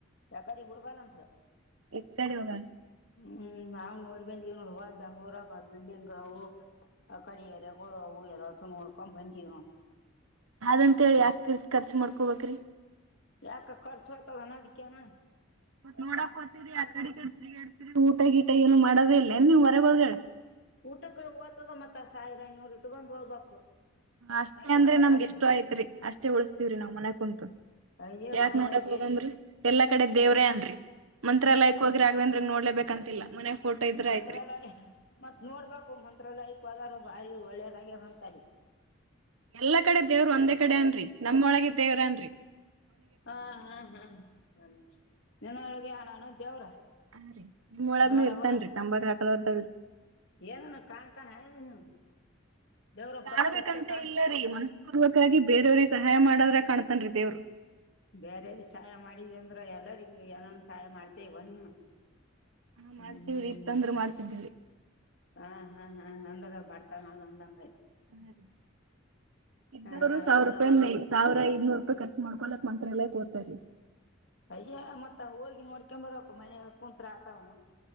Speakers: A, on the left; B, on the right.
A: ಯಾಕಾರಿಿಗೆ ಹೋಗಲ್ಲಂದ್ರ
B: ಎಕಡೆ ಹೋಗ
A: ಹ್ಮ್ ನಾವವು ನೋಡಿ ಬಂದ ನೋಡ ಹೊ ಬೆಂಗ್ಳೂರಕ ಬಿಲ್ಡಿಂಗ್ ಅವವು ಆ ಕಡಿಯಾರೆ ಗೋ ಹೂ ಎಲ್ಲ ಸುನ್ ನೋಡ್ಕೊಂಡ್ ಬಂದೀ್ನು
B: ಅದಂತ ಹೇಳಿ ಯಾಕಿರ್ತಿ ಖರ್ಚು ಮಾಡ್ಕೋಬೇಕ್ರಿ
A: ಯಕ ಕರ್ಚ ಹತನ ದಿ ಕನಾ
B: ಮತ್ತತ್ ನೋಡಾಕ್ ಹತತಿರಿ ಆ ಕಡೆಡರಿಡತರಿ ಊಟ ಗೀಟ ಏನು ಮಾಡೋದೇ ಇಲ್ಲೇ ನೀವ್ ಹೊರ ಬಳ
A: ಊಟಕ್ಕೆ ಓ್ತದ ಮತ್ತ ಸಾವಿರ ಐನೂರು ಇಟ್ಟಕೊಂದ್ ಹೋಗ್ಬೇಕು
B: ಅಷ್ಟೇ
A: ಹಂಗೆ
B: ಅಂದ್ರೆ
A: ಓದ್ತಾರನ
B: ನಮ್ಗೆ ಎಷ್ಟೋ ಆಯ್ತ್ರಿ ಅಷ್ಟೇ ಉಳಿಸತೀವ್ರಿ ನಾವ್ ಮನೆಕ್ ಕುಂಂತು
A: ಅಯ್ಯವ್ವ
B: ಯಾಕ್ ನೋಡಕ್
A: ಬೇಸ್
B: ಹೋಗಂದ್ರಿ ಎಲ್ಲಾ ಕಡೆ ದೇವ್ರೇ ಅನ್ರಿ ಮಂತ್ರಾಲಯಕ್
A: ಕೆಟ್ಟಜ
B: ಹೋಗಿ ರಾಘವೇಂದ್ರಗ್ ನೋಡ್ಲೇಬೇಕಂತಿಲ್ಲ ಮನ್ಯಾಗ ಫೋಟೋ ಇದ್ರ
A: ಮಂತ್ರಾಲಯ
B: ಆಯ್ತ್ರಿ
A: ಮತ್ತ್ ನೋಡ್ಬೇಕು ಮಂತ್ರಾಲಯಕ್ಗ ಬಾರಿ ಒಳ್ಳೇದಾಗೆ ಹೊಂತಾರೆ
B: ಎಲ್ಲಾ ಕಡೆ ದೇವರು ಒಂದೇ ಕಡೆ ಅನ್ರರಿ ನಮ್ಮ ಒಳಗ ದೇವ್ರ ಅನ್ರರಿ
A: ಹಾ ಹಾ ಹಾ ನಿಿನಳಗೆ ಆನಾನ ದವ್ರ
B: ಹಾ ರೀ ನಿಮ್ಮೊಳಗ್ನು
A: ನೋಡಯ
B: ಇರ್ತಾನ್ರಿ ತಂಬಾಕ್ ಹಾಕಲೋರ್ದ
A: ಏನನು ಕಾಣ್ತಾನ ಏನು ದೇವ್ರ
B: ಕಾಣ್ಬೇಕಂತ
A: ಪ್ರತ್ಯಕ್ಷ ಕಾಣ್
B: ಇಲ್ಲ ರೀ ಮನಸ್ಪೂರ್ವಕರಾಗಿ ಬೇರೆಯವ್ರಿಗೆ ಸಹಾಯ ಮಾಡದ್ರ ಕಾಣ್ತನ್ ರೀತಿ ಅವ್ರು
A: ಬೇರೆ ಸಹಾಯ ಮಾಡಿದ ಅಂದ್ರ ಎಲ್ಲರಿಗ ಏನನ್ ಸಹಾಯ ಮಾಡ್ತೇ ಇವ ನೀನು
B: ಹಾ ಮಾಡ್ತವ್ರಿ
A: ಹ್ಮ್
B: ಇ ತಂದ್ರ ಮಾಡ್ತಿದ್ದೀವ್ರಿ
A: ಹಾ ಹಾ ಹಾ ಅಂದಾಗ ಬರ್ತಾನ ಅ ಅಂದಂಗ ಆಯತು
B: ಹಾ ರೀ ಇದವರು
A: ಹ ನಾವೆಲ್ಲ
B: ಸಾವಿರ ರೂಪಾಯಿ
A: ಹೊಸು
B: ಸಾವಿರ ಐದನೂರು ರೂಪಾಯಿ ಕಟ್ಟ ಮಾಡ್ಕೊಲಕ್ ಮಂತ್ರ ಎಲ್ಲ ಹತರಿ
A: ಅಯ್ಯ ಮತ್ತತ್ ಹೋಗಿ ನೋಡ್ಕೊ ಬರ್ಬೇಕಕು ಮನಯ ಕುಂತ್ ಆತವನು